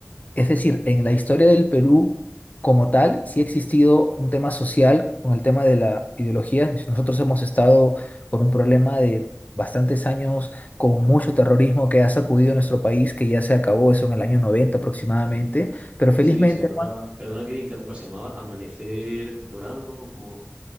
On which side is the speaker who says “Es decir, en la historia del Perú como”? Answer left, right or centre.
Left